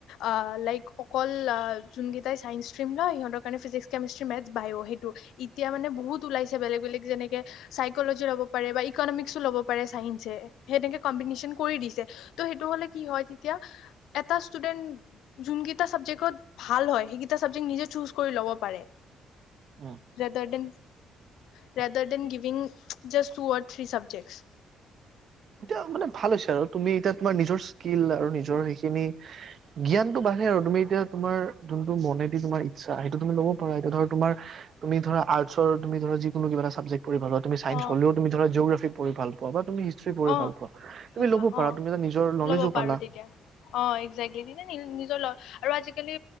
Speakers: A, on the left; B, on the right.
A: অ' লাইক অকল অ' যোন কেইটাই চাইন্স ষ্টিম ন' সিহঁতক কাৰণে ফিজিক্স, কেমেষ্ট্ৰ, মেথছত, বায়ো সেইটো, এতিয়া মানে বহুত ওলাইছে বেলেগ বেলেগ যেনেকে চাইকলজি ল'ব পাৰে বা ইকনমিক্সো ল'ব পাৰে চাইন্সে। <unintelligible> কম্পিটিচন কৰি দিছে, ত' সেইটো হ'লে কি হয় তেতিয়া এটা ষ্টুডেন্ট যোনকেইটা চাবজেক্টত ভাল হয়, সেইকেইটা চাবজেক্ট নিজে চুজ কৰি ল'ব পাৰে।
B: অ'।
A: Rather than, rather than giving just two or three subjects.
B: এতিয়া মানে ভাল হৈছে আৰু তুমি এতিয়া তোমাৰ নিজৰ স্কিল আৰু নিজৰ সেইখিনি জ্ঞানটো বাঢ়ে আৰু তুমি এতিয়া তোমাৰ যোনটো মনেদি তোমাৰ ইচ্ছা সেইটো তুমি ল'ব পাৰা এতিয়া ধৰ তোমাৰ তুমি ধৰা আৰ্টছৰ তুমি ধৰা যিকোনো কিবা এটা ছাব্জেক পঢ়ি <unintelligible> তুমি চাইন্স
A: অ'
B: হ'লেও তুমি ধৰা জিঅগ্ৰাফী পঢ়ি ভাল পোৱা বা তুমি <inaudible> পৰি
A: অ'
B: ভাল পোৱা তুমি
A: ভবা
B: ল'ব পাৰা
A: অ'
B: তুমি যে নিজৰ নলেজো
A: ল'ব পাৰো
B: পালা।
A: তেতিয়া অ' এক্সেক্টলি <unintelligible> নিজৰ আৰু আজিকালি